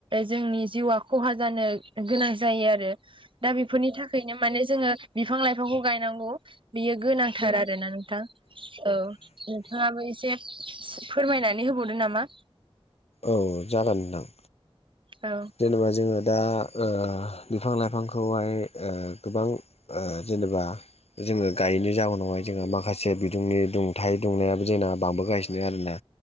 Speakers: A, on the right; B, on the left.
A: जोंनि जिउआ खहा जानो गोनां जायो आरो। दा बेफोरनि थाखायनो माने जोङो बिफां लाइफांखौ गायनांगौ बियो गोनांथार आरोना नोंथां औ नोंथाङाबो एसे फोरमायनानै होबावदो नामा?
B: औ जागोन नोंथां
A: औ
B: जेनेबा जोङो दा ओ बिफां लाइफांखौहाय ओ गोबां ओ जेनेबा जोङो गायैनि जाउनावहाय माखासे बिदुंनि दुंथाइ दुंनायाबो जोंना बांबो गासिनो आरोना?